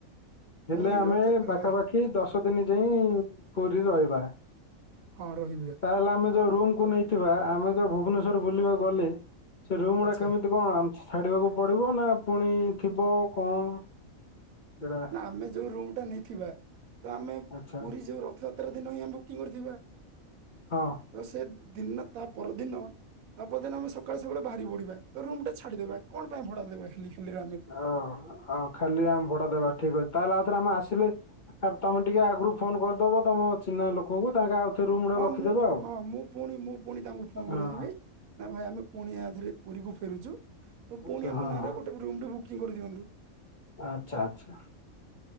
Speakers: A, on the right; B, on the left.
A: ପୁଣି
B: ହେଲେ ଆମେ
A: ରଥ ଅ,
B: ପାଖାପାଖି ଦଶ ଦିନ ଯାଇ ପୁରୀରେ ରହିବା।
A: ହଁ ରହିବିଆ।
B: ତାହେଲେ ଆମେ ରୁମ୍ କୁ ନେଇଥିବା ଆମେ ଯୋଉ ଭୁବନେଶ୍ଵର ବୁଲିବାକୁ ଗଲେ ସେ ରୁମ୍ ଗୁଡା
A: ଆଚ୍ଛା
B: କେମିତି କଣ ଆମ୍ ଛାଡିବାକୁ ପଡିବ ନା ଫୁଣି ଥିବ କଣ ସେଟା
A: ନା ଆମେ ଯୋଉ ରୁମ ଟା ନେଇଥିବା ତ ଆମେ
B: ଆଚ୍ଛା
A: ପୁରୀ ଯୋଉ ର ଥ ଯାତ୍ରା ଦିନ ହିଁ ଆମେ ବୁକିଂ କରିଥିବା। <inaudible>
B: ହଁ
A: ତ ସେ ଦିନ ତା ପରଦିନ ତା ପରଦିନ ଆମେ ସକାଳୁ ସକାଳୁ ବାହାରି ପଡିବା ତ ରୁମ ଟା ଛାଡିଦବା କଣ ପାଇଁ ଭଡା ଦେବା। ଖାଲି ଖାଲିରେ ଆମେ
B: ଓ ଆଉ ଖାଲି ଆମ ଭଡା ଦେବା ଠିକ୍ ଅଛି ତାହେଲେ ଆଉଥରେ ଆମେ ଆସିଲେ ଆ ତମେ ଟିକେ ଆଗରୁ ଫୋନ କରିଦବ ତମ ଚିହ୍ନା ଲୋକଙ୍କୁ ତାଙ୍କେ ଆଉ ଆଉଥରେ ରୁମ୍ ଟା
A: ହଁ
B: ରଖିଦେବେ
A: ମୁଁ ହଁ ମୁଁ ପୁଣି ମୁଁ ପୁଣି ତାଙ୍କୁ ଫୋନ
B: ହଁ
A: କରଥିବି ନା ଭାଇ ଆମେ କୁଣିଆ ଧରି ପୁରୀକୁ ଫେରୁଛୁ ତ
B: ଆଚ୍ଛା
A: ପୁଣି ଆମ
B: ହଁ
A: ନାଁରେ
B: ହଁ
A: ଗୋଟେ ରୁମ୍ ଟେ ବୁ କିଂଗ କରିଦିଅନ୍ତୁ।
B: ଆଚ୍ଛା ଆଚ୍ଛା।